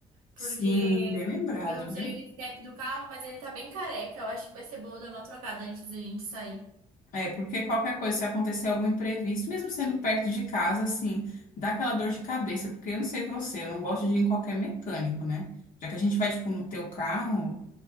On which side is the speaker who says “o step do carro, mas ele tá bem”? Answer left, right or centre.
Right